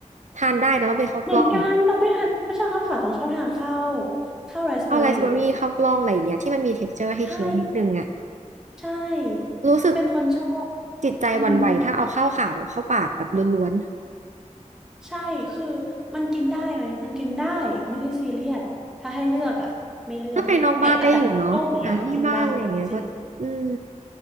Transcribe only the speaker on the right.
ทานได้นะต้องเป็นข้าวกล้อง
ข้าวไรซ์เบอร์รี่ข้าวกล้องอะไรอย่างเงี้ยที่มันมี texture ให้เคี้ยวนิดนึงอ่ะ
รู้สึก
จิตใจหวั่นไหวถ้าเอาข้าวขาวเข้าปากแบบล้วน
ๆถ้าไปนอกบ้านได้อยู่เนาะอ่ะที่บ้านอะไรอย่างเงี้ยก็อืม